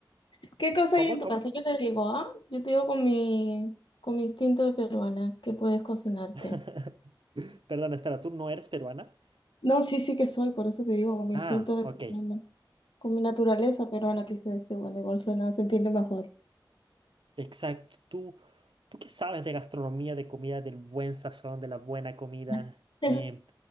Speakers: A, on the left; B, on the right.
A: <laughs> ¿Qué cosa
B: ¿Cómo?
A: hay en tu
B: ¿Cómo?
A: casa? Yo te digo, ¿ah? Yo te digo con mi, con mi instinto de peruana que puedes cocinarte.
B: <laughs> Perdón, espera, ¿tú no eres peruana?
A: No, sí, sí que soy, por eso te digo, con mi
B: Ah,
A: instinto de
B: ok.
A: peruana. Con mi naturaleza peruana, quise decir, bueno, igual suena, se entiende mejor.
B: Exacto. ¿Tú, tú qué sabes de gastronomía, de comida, del buen sazón, de la buena comida?
A: <laughs>
B: Em,